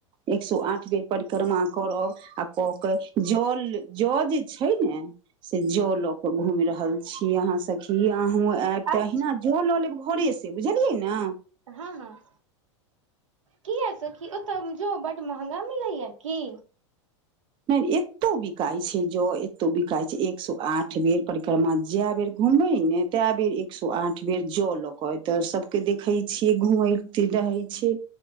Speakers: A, on the right; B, on the right.
A: एक सए आठ बेर परिक्रमा करब आ क के जल ज जे छै ने से जल ल के घूमि रहल छी अहाँ सखी अहँ आयब
B: अच्छा
A: तऽ अहिना जो लऽ लेब घरे से बुझलियै ने
B: हँ हँ किया सखी ओतऽ जो बड महगा मिलै या की
A: <unintelligible> एतो बिकइ छै ज एतो बिक कहै छै एक सौ आठ बेर परिक्रमा जए बेर घुमै नऽ तए बेर एक सौ आठ बेर ज लक कऽ त सबके देखै छियै घूमैत रहै छियै